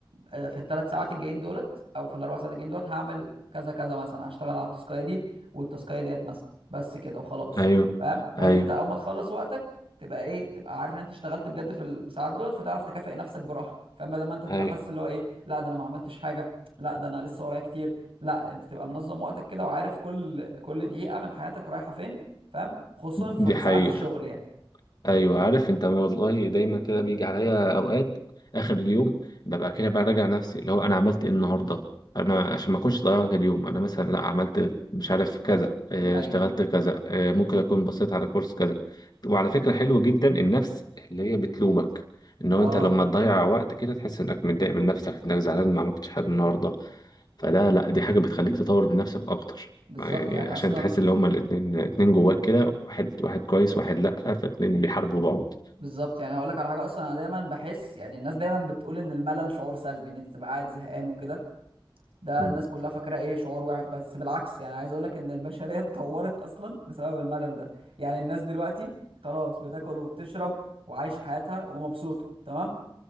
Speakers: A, on the right; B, on the left.
A: آه، في الثلاث ساعات الجايين دولت او في الاربع ساعات الجايين دولت هعمل كذا كذا مثلا هشتغل على التاسكايه دي والتاسكايه ديت مثلا بس كده وخلاص
B: ايوه
A: فاهم بحيث
B: ايوه
A: ان انت اول ما تخلص وقتك تبقى ايه تبقى عارف ان انت اشتغلت بجد في الساعات دولت فتعرف تكافئ نفسك براحه فاما ده ما انت تبقى
B: ايوه
A: حاسس اللي هو ايه لا ده انا ما عملتش حاجه لا ده انا لسه ورايا كتير لا انت تبقى منظم وقتك كده وعارف كل كل دقيقه من حياتك رايحه فين فاهم خصوصا في
B: دي
A: في
B: حقيقة
A: ساعات الشغل يعني
B: ايوه عارف انت ما والله دايما كده بيجي عليا اوقات اخر اليوم ببقى كده براجع نفسي اللي هو انا عملت ايه النهارده انا عشان ما اكونش ضيعت اليوم انا مثلا لا عملت مش عارف كذا آه،
A: ايوه
B: اشتغلت كذا آه، ممكن اكون بصيت على كورس كذا وعلى فكره حلو جدا النفس اللي هي بتلومك ان هو
A: اه
B: انت لما تضيع وقت كده تحس انك متضايق من نفسك انك زعلان ما عملتش حاجه النهارده فده لا دي حاجه بتخليك تطور من نفسك اكتر
A: بالظبط
B: يعني
A: يعني
B: عشان
A: اصلا
B: تحس ان هما الاتنين اتنين جواك كده واحد واحد كويس واحد لأ فاتنين بيحاربوا بعض
A: بالظبط يعني هقول لك على حاجه اصلا انا دايما بحس يعني الناس دايما بتقول ان الملل شعور سلبي ان انت تبقى قاعد زهقان وكده ده
B: مم.
A: الناس كلها فاكره ايه شعور وحش بس بالعكس يعني عايز اقول لك ان البشريه <laughs> اتطورت اصلا بسبب الملل ده يعني الناس دلوقتي خلاص بتاكل وبتشرب وعايشه حياتها ومبسوطه تمام